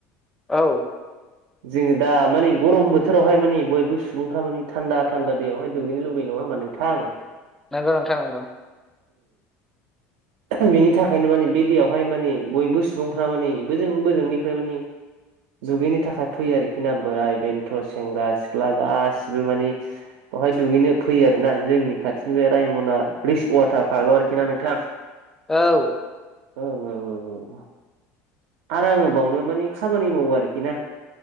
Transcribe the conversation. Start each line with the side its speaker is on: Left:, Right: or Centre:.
Centre: औ
Right: जोङो दा मानि गरम बोथोरावहाय मानि बयबो सुबुंफ्रा मानि थान्दा थान्दा दैयावहाय दुगैनो लुबैनो नङा नङा होमबा नोंथां
Centre: नोंगौ नोंथां नोंगौ
Right: उम बेनि थाखायनो मानि बे दैयावहाय मानि बयबो सुबुंफ्रा मानि बोजों बोजोंनिफ्राय मानि दुगैनो थाखाय फैयो आरोखि ना बोराय बेन्थ सेंग्रा सिख्ला गासिबो मानि बहाय दुगैनो फैयो आरो ना जोंनि खाथि बे रायमना रिच वाटार पार्क आरोखि ना नोंथां।
Centre: औ
Right: औ औ औ औ आरो आङो बावनो मानि खामानि मावो आरोखि ना